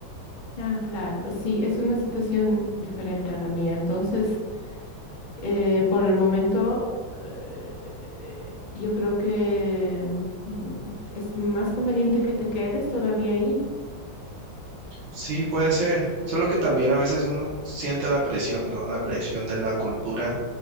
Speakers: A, on the left; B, on the right.
A: Ah, claro, sí, es una situación diferente a la mía. Entonces, eh, por el momento, eh, eh, yo creo que mm, es más conveniente que te quedes todavía ahí.
B: Sí, puede ser, solo que también a veces uno siente la presión, ¿no? La presión de la cultura